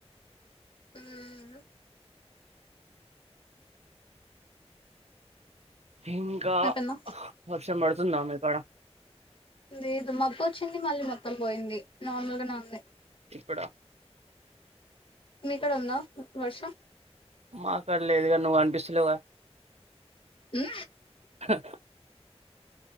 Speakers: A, on the left; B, on the right.
A: హ్మ్
B: ఇంకా
A: అయిపోయిందా
B: వర్షం పడుతుందా మీ కాడ
A: లేదు మబ్బు వచ్చింది మళ్ళీ మొత్తం పోయింది నార్మల్ గానే ఉంది
B: ఇక్కడ
A: మీక్కాడ ఉందా వర్షం
B: మాక్కాడ లేదు కాని నువ్వు అనిపిస్తలేవుగా
A: ఇ
B: హ